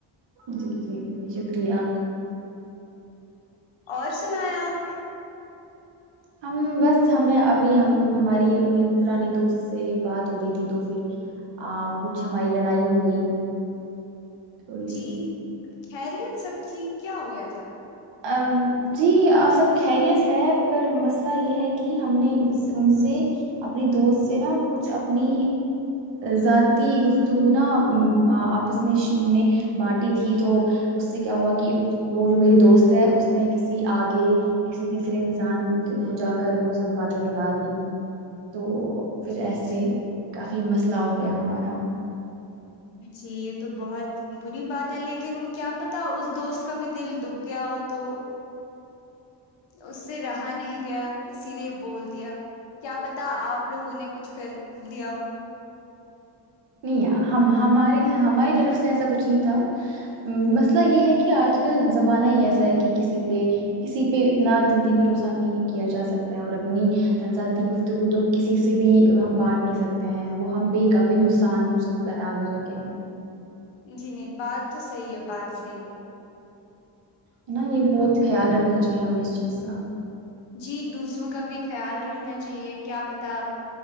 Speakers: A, on the right; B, on the left.
A: جی جی جی شکریہ
B: اور سنایا آپ
A: ہم بس ہمیں ابھی ہم ہماری اپنی پرانی دوست سے بات ہو رہی تھی تو پھر کچھ ہماری لڑائی ہو گئی تھوڑی
B: جی
A: سی
B: خیریت سب ٹھیک کیا ہو گیا تھا
A: ا جی سب خیریت ہے پر مسئلہ یہ ہے کہ ہم نے ان سے اپنی دوست سے نا کچھ اپنی ذاتی گفتگنا آپس میں نے بانٹی تھی تو اس سے کیا ہوا کہ وہ جو میری دوست سے اس نے کسی آگے کسی تیسرے انسان کو جا کر وہ سب باتیں بتا دی تو پھر
B: جی
A: ایسے
B: جی
A: کافی مسئلہ ہو گیا ہمارا
B: جی یہ تو بہت بری بات ہے لیکن کیا پتا اس دوست کا بھی دل دب گیا ہو تو اس سے رہا نہیں گیا اسی لیے بول دیا کیا پتا آپ لوگوں نے کچھ کر دیا ہو
A: نہیں ہم ہمارے ہماری طرف سے ایسا کچھ نہیں تھا مسئلہ یہ ہے کہ آج کل زمانہ ہی ایسا ہے کہ کسی پہ کسی پہ اتنا جلدی بھروسہ نہیں کیا جا سکتا ہے اور اپنی ذاتی گفتگو تو کسی سے بھی ہم بانٹ نہیں سکتے ہیں وہ ہم پہ ہی کافی ن آسان ہو سکتا ہے آگے جا کے ہم کو
B: جی نہیں بات تو صحیح ہے بات صحیح ہے
A: ن نا یہ بہت خیال رکھنا چاہیے ہمیں اس چیز کا
B: جی دوسروں کا بھی خیال رکھ نا چاہیے کیا پتا